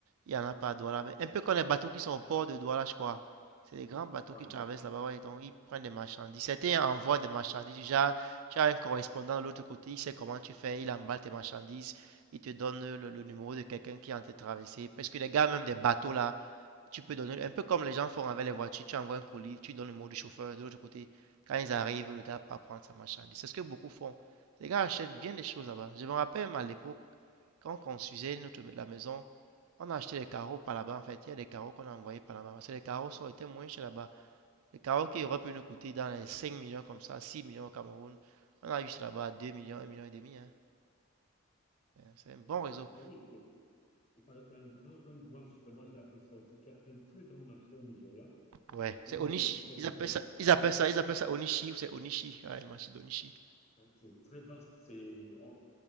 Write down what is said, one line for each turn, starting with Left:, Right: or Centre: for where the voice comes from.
Right: Il n'y en a pas à Douala. Mais un peu comme les bateaux qui sont au port de Douala, je crois. C'est des grands bateaux
Left: Ouais.
Right: qui traversent là-bas, ouais, donc ils prennent des marchandises. Certains envoient des marchandises. Déjà, tu as un correspondant de l'autre côté, il sait comment tu fais, il emballe tes marchandises, il te donne le, le numéro de quelqu'un qui est en train de traverser. Parce que les gars, même des bateaux là, tu peux donner, un peu comme les gens font avec les voitures, tu envoies un colis, tu donnes le mot du chauffeur, de l'autre côté, quand ils arrivent, le gars part prendre sa marchandise. C'est ce que beaucoup font. Les gars achètent bien des choses là-bas. Je me rappelle même à l'époque, quand on construisait notre, la maison, on a acheté des carreaux par là-bas, en fait. Il y a des carreaux qu'on a envoyés par là-bas. Parce que les carreaux sont été moins chers là-bas. Les carreaux qui auraient pu nous coûter dans les 5 millions comme ça, 6 millions au Cameroun. On a eu ça là-bas à 2 millions, un million et demi. hein. C'est un bon
Left: Ah,
Right: réseau.
Left: d'accord, oui. c'est- Il paraît qu'il y a un grand, un- moi, justement, j'ai appris ça aussi, qu'il y a un très grand marché au Nigeria
Right: Ouais. C'est
Left: où
Right: Oui. Onishi.
Left: on peut faire
Right: Ils
Left: tous
Right: appellent
Left: les
Right: ça,
Left: achats.
Right: ils appellent ça, ils appellent ça Onishi ou c'est Onishi. Ouais, le marché d'Onishi.
Left: C'est vrai que c'est très vaste. C'est on-